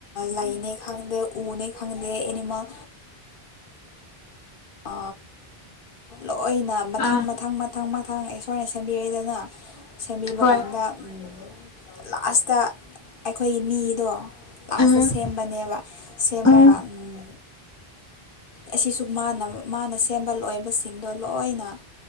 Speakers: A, on the left; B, on the left.
A: ꯂꯩꯅꯦ ꯈꯪꯗꯦ ꯎꯅꯦ ꯈꯪꯗꯦ ꯑꯦꯅꯤꯃꯜ ꯑ ꯑꯣꯏꯅ ꯃꯊꯪ
B: ꯑꯥ
A: ꯃꯊꯪ ꯃ ꯃꯊꯪ-ꯃꯊꯪ ꯏꯁꯣꯔꯅ ꯁꯦꯝꯕꯤꯔꯛꯏꯗꯅ ꯁꯦꯝꯕꯤꯕ
B: ꯍꯣꯏ
A: ꯀꯥꯟꯗ ꯎꯝ ꯂꯥꯁꯇ ꯑꯩꯈꯣꯏꯒꯤ ꯃꯤꯗꯣ ꯂꯥꯁꯇ
B: ꯑꯥ
A: ꯁꯦꯝꯕꯅꯦꯕ ꯁꯦꯝꯔꯒ
B: ꯑꯥ
A: ꯎꯝ ꯑꯁꯤꯁꯨ ꯃꯥꯟꯅ ꯃꯥꯅ ꯁꯦꯝꯕ ꯂꯣꯏꯕꯁꯤꯡꯗꯣ ꯂꯣꯏꯅ